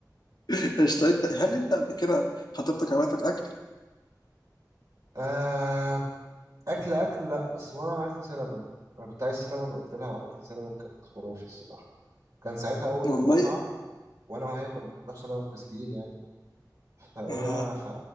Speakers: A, on the left; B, on the right.
A: <laughs> قشطة. انت هل انت قبل كده خطيبتك عملتك اكل؟
B: آه... اكل اكل لا بس مره عملت لي سينابون انا كنت عايز سينابون وقلت لها وعملت لي سينابون كانت خرافي الصراحه كان ساعتها اول
A: والله
B: المقاطعه وانا وهي كنا بنروح سينابون كتير يعني فايه
A: اها
B: بقى ف